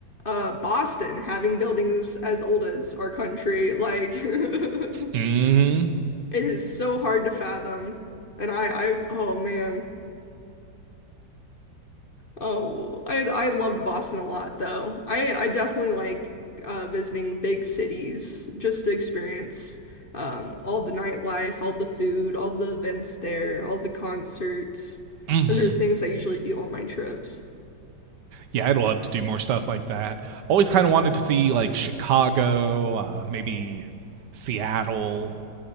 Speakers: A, on the left; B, on the right.
A: uh Boston having buildings as old as our country. Like <laughs>
B: Mm
A: It is so hard to fathom. And I, I, oh man. Oh, I, I loved Boston a lot though. I, I definitely like uh, visiting big cities just to experience um, all the nightlife, all the food, all the events there, all the concerts.
B: hmm. Mm hmm.
A: Those are things I usually do on my trips.
B: Yeah, I'd love to do more stuff like that. Always kind of wanted to see, like, Chicago, uh, maybe Seattle.